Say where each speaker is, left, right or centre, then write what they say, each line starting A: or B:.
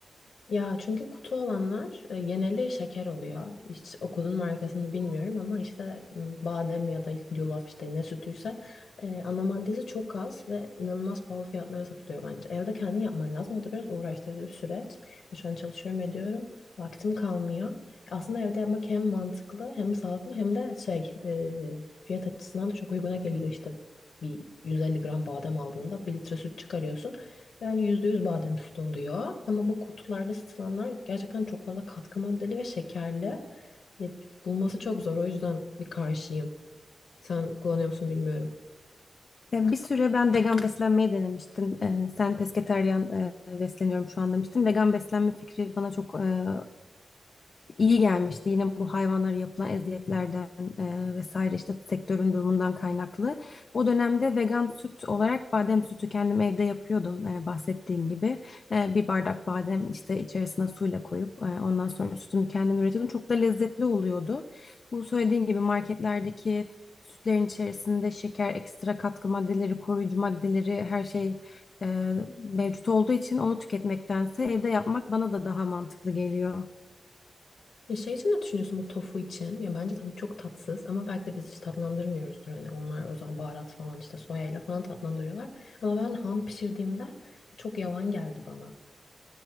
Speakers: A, on the left; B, on the left.
A: Ya çünkü kutu olanlar e, geneli şeker oluyor. Hiç okulun markasını bilmiyorum ama işte m, badem ya da yulaf işte ne sütüyse e, ana maddesi çok az ve inanılmaz pahalı fiyatlara satılıyor bence. Evde kendin yapman lazım. O da biraz uğraştırıcı bir süreç. E, Şu an çalışıyorum ediyorum. Vaktim kalmıyor. Aslında evde yapmak hem mantıklı hem sağlıklı hem de şey e, fiyat açısından da çok uyguna geliyor işte. Bir 150 gram badem aldığında bir litre süt çıkarıyorsun. Yani %100 badem sütü oluyor. Ama bu kutularda satılanlar gerçekten çok fazla katkı maddeli ve şekerli. Ya, bulması çok zor. O yüzden bir karşıyım. Sen kullanıyor musun bilmiyorum.
B: Ya Bir süre ben vegan beslenmeyi denemiştim. Ee, sen pesketeryan e, besleniyorum şu an demiştin. Vegan beslenme fikri bana çok e, iyi gelmişti yine bu hayvanlara yapılan eziyetlerden e, vesaire işte sektörün durumundan kaynaklı. O dönemde vegan süt olarak badem sütü kendim evde yapıyordum e, bahsettiğim gibi. E, bir bardak badem işte içerisine suyla koyup e, ondan sonra sütümü kendim üretiyordum. Çok da lezzetli oluyordu. Bu söylediğim gibi marketlerdeki sütlerin içerisinde şeker, ekstra katkı maddeleri, koruyucu maddeleri her şey e, mevcut olduğu için onu tüketmektense evde yapmak bana da daha mantıklı geliyor.
A: Ya şey için ne düşünüyorsun bu tofu için? Ya bence tadı çok tatsız ama belki de biz hiç tatlandırmıyoruzdur. Hani onlar özel baharat falan işte soyayla falan tatlandırıyorlar. Ama ben ham pişirdiğimde çok yavan geldi bana.